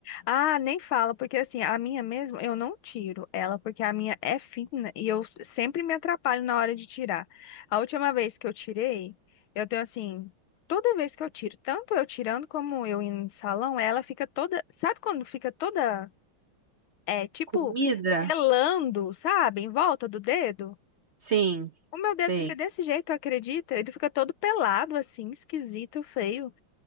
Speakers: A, on the left; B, on the right.
A: Ah, nem fala, porque assim, a minha mesmo, eu não tiro ela, porque a minha é fina e eu s- sempre me atrapalho na hora de tirar. A última vez que eu tirei, eu tenho assim, toda vez que eu tiro, tanto eu tirando como eu indo no salão, ela fica toda, sabe quando fica toda, é, tipo,
B: Comida?
A: pelando, sabe, em volta do dedo?
B: Sim,
A: O meu dedo
B: sei.
A: fica desse jeito, acredita? Ele fica todo pelado, assim, esquisito, feio.